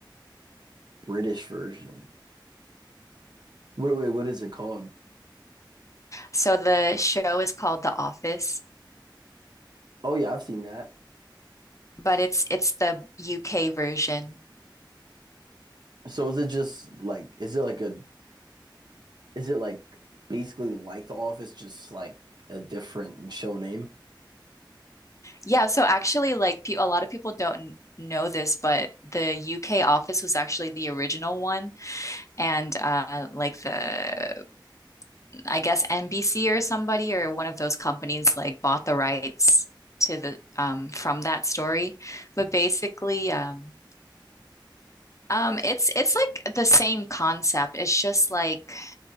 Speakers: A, on the right; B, on the left.
A: British version. Wait, wait, what is it called?
B: So the show is called The Office,
A: Oh yeah, I've seen that.
B: but it's it's the UK version.
A: So is it just like is it like a is it like basically like The Office just like a different show name?
B: Yeah, so actually like pe a lot of people don't know this, but the UK Office was actually the original one and uh like the I guess NBC or somebody or one of those companies like bought the rights to the um from that story. But basically um um it's it's like the same concept. It's just like